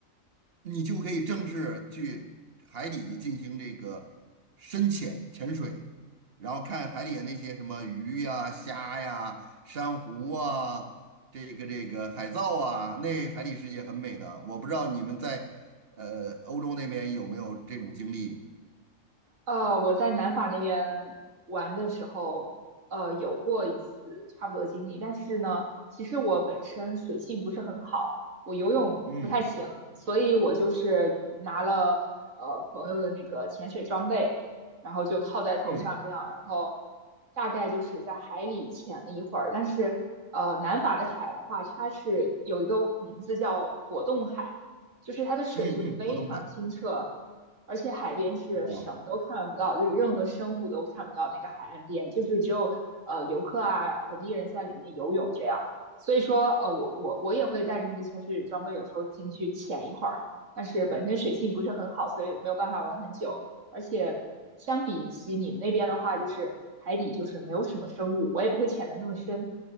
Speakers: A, on the right; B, on the right.
A: 你就可以正式去海底进行这个深潜潜水，然后看海底的那些什么鱼呀、虾呀、珊瑚啊，这个这个海藻啊，那海底世界很美的。我不知道你们在呃欧洲那边有没有这种经历？
B: 呃，我在南法那边玩的时候，呃，有过一次差不多的经历，但是呢，其实我本身水性不是很好，我游泳不太行，
A: 嗯
B: 所以我就是拿了呃朋友的那个潜水装备，然后就套在头上这样，
A: 嗯
B: 然后大概就是在海里潜了一会儿，但是呃，南法的海的话，它是有一个名字叫果冻海。就是它的水是非常清澈，
A: 嗯嗯，嗯果冻海
B: 而且海边是什么都看不到，
A: 哦，
B: 就是任何生物都看不到那个海岸边，就是只有呃游客啊本地人在里面游泳这样。所以说，呃，我我我也会带着这些潜水装备，有时候进去潜一会儿，但是本身水性不是很好，所以没有办法玩很久。而且相比起你们那边的话，就是海底就是没有什么生物，我也不会潜的那么深。